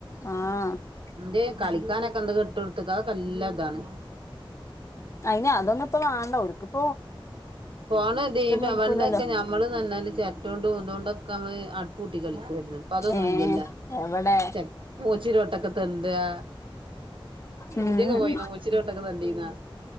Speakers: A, on the left; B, on the right.
A: ആഹ്
B: ഇന്റെ കളിക്കാനൊക്കെ എന്തൊക്ക ഇട്ട് കൊടുത്ത്ക്ക അതൊക്കെ നല്ലതാണ്
A: അയിന് അതൊന്നുംപ്പൊ വാണ്ട ഓൽക്ക് പൊ
B: പോണ ദീപ
A: ഇരിക്കൂലല്ലോ
B: പണ്ടൊക്കെ നമ്മളിന്നാർഞ്ഞാല് ചെര്റ്റോണ്ടും തോണ്ടൊ ക്ക നമ്മള് അടുപ്പൂട്ടി കളിക്കുവായിര്ന്ന് ഇപ്പ അതൊന്നുല്ലല്ലോ
A: ഏ എവിടെ
B: ചട്ട് മൂച്ചിന്റെ ചോട്ട് ഇപ്പന്താ
A: ഉം
B: ഇജൊക്കെ പോയീന്നാ മൂച്ചിന്റെ ചോട്ടൊക്കെ തെണ്ടീനോ